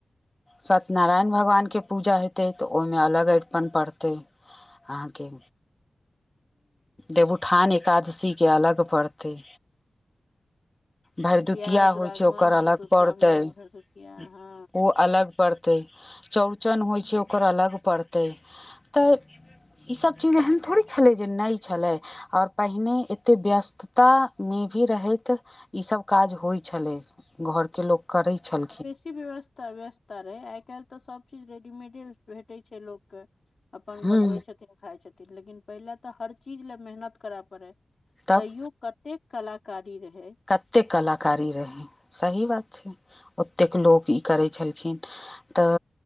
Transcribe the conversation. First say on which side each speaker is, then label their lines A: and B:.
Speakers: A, on the left; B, on the left.
A: सत्यनारायण भगवानके पूजा हेतै तऽ ओहिमे अलग अरिपन पड़तै अहाँके देवउठान एकादशीके अलग पड़तै भरदुतिया
B: बियाह दुरागमन
A: होइ छै ओकर अलग
B: मधुश्रावणी
A: पड़ते ओ
B: भरदुतिया हँ
A: अलग पड़त चौरचन होइ
B: हूँ
A: छै ओकर अलग पड़त तऽ ई सब चीज एहेन थोड़ि छलै जे नइ छलैय आओर पहिने एते व्यस्तता मे भी रहैत ईसभ काज होइ छलै घरके लोक करैत छलखिन
B: की व्यवस्था व्यवस्था रहे आइ काल्हि तऽ सब चीज रेडीमेडे भेटै छै लोक क अपन
A: हूँ
B: बनबै छथिन खाय छथिन लेकिन पहिले तऽ हर चीज ले मेहनत करय पड़े
A: तब
B: तैयो कतेक कलाकारी रहय
A: कतेक कलाकारी रहै सही बात छै ओतेक लोक ई करै छलखिन तऽ